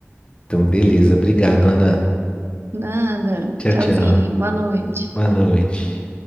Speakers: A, on the left; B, on the right.
A: Então, beleza. Obrigado, Ana.
B: Nada.
A: Tchau,
B: Tchauzinho.
A: tchau.
B: Boa noite.
A: Boa noite.